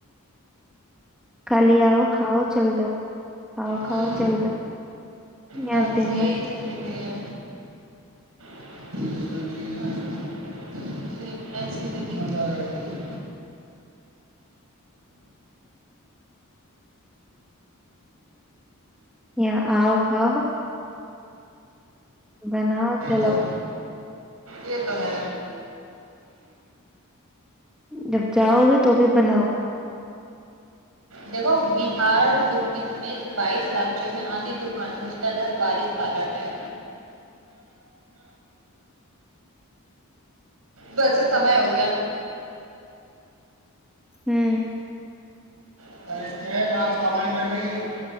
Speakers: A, in the centre; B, on the right (about 75°).
A: کالی آؤ کھاؤ چل دو آؤ
B: ہوں
A: کھاؤ چل دو یہاں
B: بس
A: دن
B: یہی
A: میں
B: زندگی ہے <unintelligible>
A: یہاں آؤ کھاؤ بناؤ چلو
B: اور یہ تو ہے
A: جب جاؤ گے تو بھی بناؤ
B: دیکھو بہار یو پی سمیت بائیس رجیوں میں آدندھی طوفان ادھر بارش کا الرٹ ہے ویسے سمے ہوگیا
A: ہمم
B: <unintelligible>